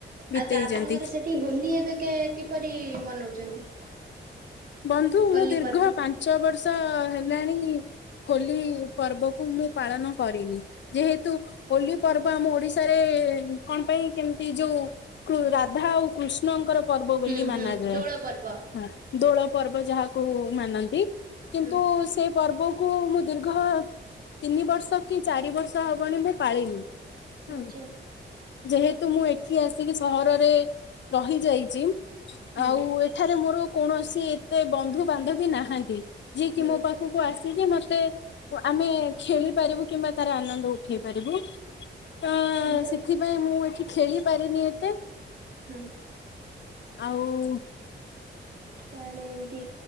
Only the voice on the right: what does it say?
ଆଉ ତ ଆପଣଙ୍କର ସେଠି ହୋଲି ଏବେ କେ କିପରି ମନଉଛନ୍ତି?
ହୋଲି
ପର୍ବ
ହୁଁ
ହୁଁ ଦୋଳ ପର୍ବ।
ହୁଁ
ଆଚ୍ଛା।
ହୁଁ
ହୁଁ
ହୁଁ
ଏନ୍ତା
ହୁଁ।
ତାହେଲେ ଏମିତି